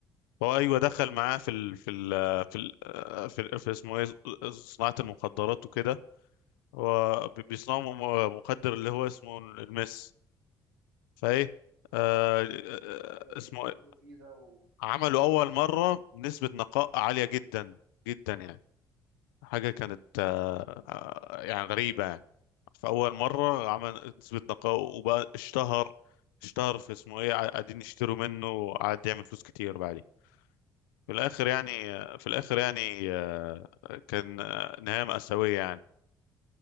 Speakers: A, on the left; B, on the right.
A: هو ايوه دخل معاه في ال... في ال... في ال... آه، في, في اسمه ايه صناعه المخدرات وكده هو بي- بيصنعوا م- مخدر اللي هو اسمه المس فايه
B: اه
A: آه
B: اه
A: آه،
B: ايوه اللي
A: اسمه
B: تاجروا
A: إيه؟
B: فيه ده و...
A: عملوا أول مرة بنسبة نقاء عالية جدا جدا يعني حاجة كانت آه آه، يعني غريبة يعني فأول مرة عمل نسبة نقاء وبقى اشتهر اشتهر في اسمه ايه ع- قاعدين يشتروا منه وقعد يعمل فلوس كتير بعدين في الآخر يعني
B: آه.
A: آه، في الآخر يعني آه، كان آه، نهاية مأساوية يعني